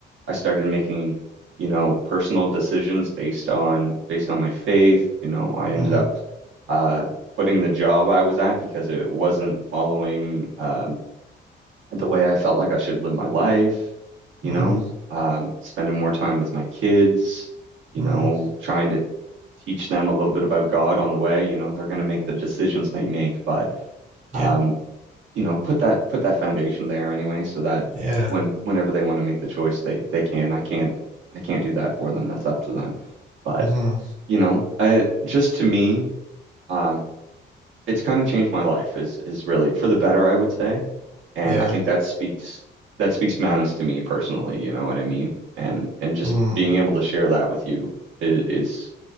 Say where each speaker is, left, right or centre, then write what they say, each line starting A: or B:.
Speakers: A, on the right; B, on the right.
A: I started making, you know, personal decisions based on based on my faith. You know, I ended
B: mm,
A: up uh, quitting the job I was at because it wasn't following um, the way I felt like I should live my life. You
B: mm,
A: know, um, spending more time with my kids. You
B: mm.
A: know, trying to teach them a little bit about God on the way. You know, they're going to make the decisions they make, but
B: Yep,
A: um, you know, put that put that foundation there anyway, so that
B: yeah.
A: when whenever they want to make the choice, they they can. I can't I can't do that for them. That's up to them. But
B: Mm-hmm.
A: you know, I just to me, um, it's kind of changed my life is is really for the better, I would say. And
B: Yeah.
A: I think that speaks that speaks mountains to me personally. You know what I mean? And and just
B: Mm,
A: being able to share that with you is, is